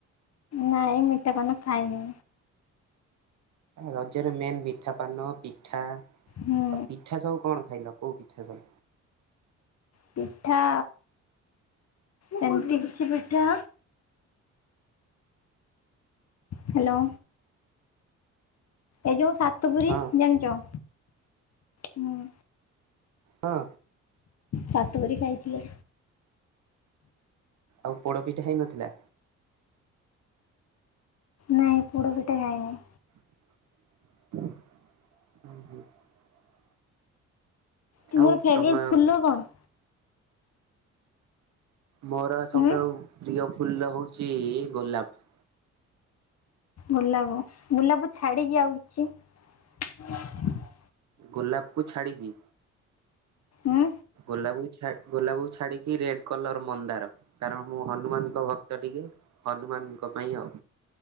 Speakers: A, on the left (about 55°); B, on the right (about 70°).
A: ନାଇଁ ମିଠା ପାନ ଖାଇନି।
B: ରଜରେ ମେନ୍ ମିଠା ପାନ, ପିଠା,
A: ହୁଁ
B: ଆଉ ପିଠା ସବୁ କଣ ଖାଇଲ? କଉ ପିଠାଯା?
A: ପିଠା ଏମିତି କିଛି ପିଠା। ହ୍ୟାଲୋ। ଏ ଯୋ ସାତଗୁୁରି
B: ହଁ
A: ଜାଣିଛ? ହୁଁ
B: ହଁ।
A: ସାତ ବରି ଖାଇଥିଲେ।
B: ଆଉ ପୋଡପିଠା ହେଇ ନଥିଲା?
A: ନାଇଁ ପୁଡ ପିଟା ଖାଉ ନାହିଁ।
B: <unintelligible>
A: ତୁମର
B: ଆଉ
A: ଫେବରଟ
B: ତମ
A: ଫୁଲ କଣ?
B: ମୋର ସବୁଠାରୁ
A: ହୁଁ
B: ପ୍ରିୟ ଫୁଲ ହୋଉଚି ଗୋଲାପ।
A: ଗୋଲାପ। ଗୋଲାପ ଛାଡିକି ଆଉ କିଛି? <inaudible>
B: ଗୋଲାପକୁ ଛାଡ଼ିକି?
A: ଉଁ।
B: ଗୋଲାପକୁ ଛା ଗୋଲାପକୁ ଛାଡିକି ରେଡ କଲର ମନ୍ଦାର କାରଣ ମୁଁ ହନୁମାନଙ୍କ ଭକ୍ତ ଟିକେ ହନୁମାନଙ୍କ ପାଇଁ ଆଉ।